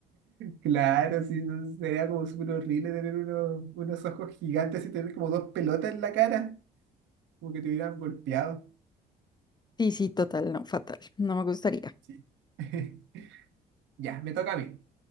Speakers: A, on the right; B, on the left.
A: Claro, sí, no, sería como súper horrible tener unos, unos ojos gigantes y tener como dos pelotas en la cara, como que te hubieran golpeado.
B: Sí, sí, total, no, fatal. No me gustaría.
A: Sí. <laughs> Ya, me toca a mí.